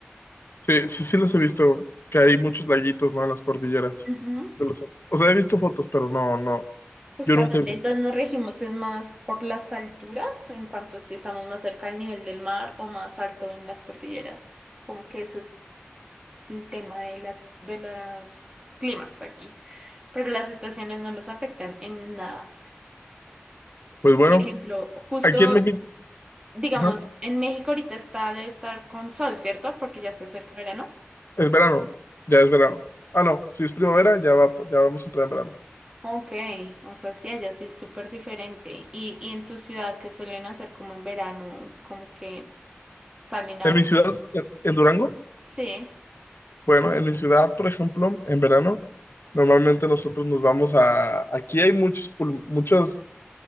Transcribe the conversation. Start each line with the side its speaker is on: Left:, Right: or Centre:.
Left: Sí, sí, sí los he visto, que hay muchos laguitos, ¿no? En las cordilleras
Right: Ujú.
Left: de los Andes. O sea, he visto fotos, pero no, no,
Right: Justamente,
Left: yo nunca he visto.
Right: entonces nos regimos es más por las alturas, en cuanto si estamos más cerca del nivel del mar o más alto en las cordilleras. Como que ese es el tema de las de las climas aquí. Pero las estaciones no nos afectan en nada.
Left: Pues bueno,
Right: Por ejemplo, justo,
Left: aquí en México,
Right: digamos,
Left: ajá,
Right: en México ahorita está debe estar con sol, ¿cierto? Porque ya se acerca verano.
Left: es verano, ya es verano. Ah, no, si es primavera, ya va, ya vamos a entrar en verano.
Right: Ok, o sea, sí, allá sí es súper diferente. Y, y en tu ciudad, ¿qué suelen hacer como en verano? Como que salen a...
Left: En mi ciudad, en, en Durango,
Right: Sí.
Left: bueno, en mi ciudad, por ejemplo, en verano, normalmente nosotros nos vamos a, aquí hay muchos, pul- muchas